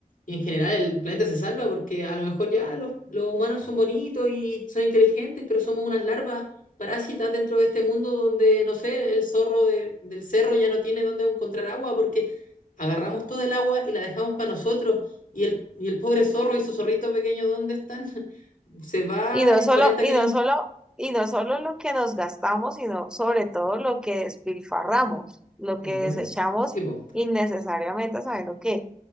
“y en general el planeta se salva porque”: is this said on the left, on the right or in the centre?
Left